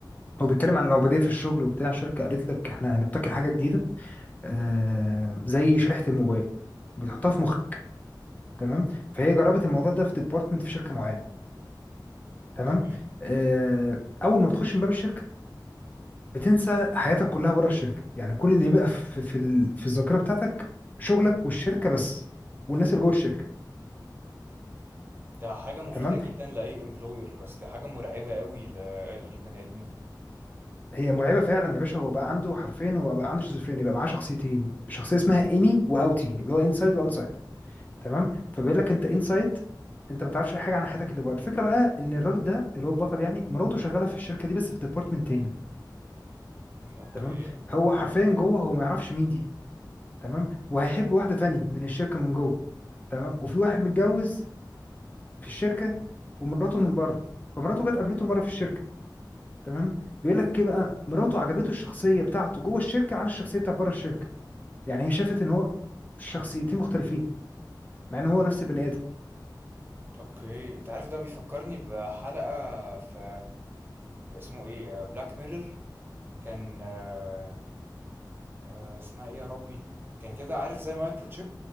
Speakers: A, on the left; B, on the right.
A: هو بيتكلم عن العبودية في الشغل وبتاع شركة قالت لك احنا هنبتكر حاجة جديدة آه زي شريحة الموبايل بتحطها في مخك تمام فهي جربت الموضوع ده في ديبارتمنت في شركة معينة تمام
B: تمام
A: آه أول ما بتخش من باب الشركة بتنسى حياتك كلها بره الشركة يعني كل اللي بيبقى في في, ال- في الذاكرة بتاعتك شغلك والشركة بس والناس اللي جوه الشركة
B: ده حاجه مفيده
A: تمام
B: جدا لاي امبلوير بس دي حاجه مرعبه قوي للبني ادمين
A: هي مرعبه فعلا يا باشا هو بقى عنده حرفين هو بقى عنده شيزوفرينيا بقى معاه شخصيتين شخصيه اسمها اني واوتي اللي هو انسايد واوتسايد تمام فبيقول لك انت انسايد انت ما تعرفش اي حاجه عن حياتك اللي بره الفكره بقى ان الراجل ده اللي هو البطل يعني مراته شغاله في الشركه دي بس في ديبارتمنت تاني
B: اوكي
A: تمام هو حرفيا جوه هو ما يعرفش مين دي تمام وهيحب واحده تانية من الشركه من جوه تمام وفي واحد متجوز في الشركه ومراته من بره فمراته جت قابلته مره في الشركه تمام بيقول لك ايه بقى مراته عجبته الشخصيه بتاعته جوه الشركه عن الشخصيه بتاعت بره الشركه يعني هي شافت ان هو شخصيتين مختلفين مع ان هو نفس البني ادم
B: اوكي انت عارف ده بيفكرني بحلقة في اسمه ايه بلاك ميرور كان آه، آه، اسمها ايه يا ربي كان كده عارف زي مايكرو تشيب